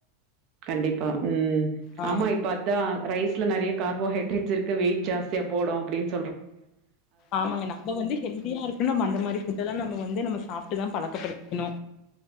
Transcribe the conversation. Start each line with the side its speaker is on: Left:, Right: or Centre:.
Right: கண்டிப்பா உம்
Left: ஆ
Right: ஆமா இப்ப அதா ரைஸ்ல நெறைய கார்போஹைடரேட்ஸ் இருக்கு வெயிட் ஜாஸ்தியா போடு அப்டின்
Left: ஆமங்க நம்ப வந்து ஹெல்தியா இருக்கணு நம்ம அந்த மாரி ஃபுட்டெல்லா நம்ம வந்து நம்ம சாப்ட்டுதா பழக்கப்படுத்திக்கணு